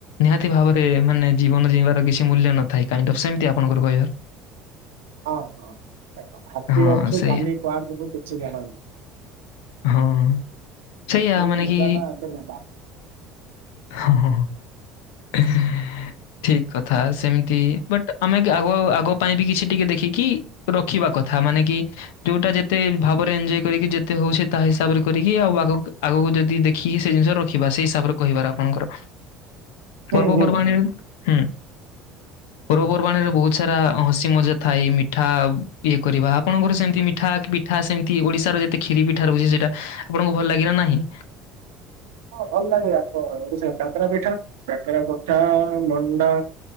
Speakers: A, on the left (about 80°); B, on the right (about 85°).
A: ନିହାତି ଭାବରେ ମାନେ ଜୀବନ ଜୀଇଁବାର କିଛି ମୂଲ୍ୟ ନଥାଏ କାଇଣ୍ଡ ଅଫ ସେମତି ଆପଣଙ୍କର କହିବାର
B: ହଁ ହଁ ହଁ ଦେଖ ଆଜି
A: ହଁ,
B: ଅଛୁ
A: ସେଇଆ।
B: କାଲି କୁଆଡ଼େ ଯିବୁ କିଛି ଜଣା ନାଇଁ।
A: ହଁ, ସେଇଆ
B: ଅ ସେଇ
A: ମାନେ
B: ମଜାଟା
A: କି
B: ଏବେ ନେବା।
A: ହଁ ହଁ ହଁ। <unintelligible> ଠିକ୍ କଥା ସେମିତି ବଟ୍ ଆମେ କେ ଆଗ ଆଗ ପାଇଁ ବି କିଛି ଟିକେ ଦେଖିକି ରଖିବା କଥା ମାନେ କି ଯୋଉଟା ଯେତେ ଭାବରେ ଏଞ୍ଜୟ କରିକି ଯେତେ ହଉଛି ତା ହିସାବରେ କରିକି ଆଉ ଆଗକ୍ ଆଗକୁ ଯଦି ଦେ ଖି ସେ ଜିନିଷ ରଖିବା ସେଇ ହିସାବରେ କହିବାର ଆପଣଙ୍କର। ପର୍ବ
B: ହୁଁ ହୁଁ
A: ପର୍ବାଣୀରୁ
B: ହୁଁ।
A: ହୁଁ। ପର୍ବପର୍ବାଣିରେ ବୋହୁତ ସାରା ହସି ମଜା ଥାଏ ମିଠା ଇଏ କରିବା ଆପଣଙ୍କର ସେମତି ମିଠା କି ବି ଠା ସେମତି ଓଡ଼ିଶାର ଯେତେ ଖିରୀ ପିଠା ରହୁଚି ସେଇଟା ଆପଣଙ୍କୁ ଭଲ ଲାଗିଲା ନାହିଁ?
B: ହଁ ଭଲ ଲାଗେ ଆମର ଓଡ଼ିଶା କାକରା ପିଠା କାକରା ପଠା ମଣ୍ଡା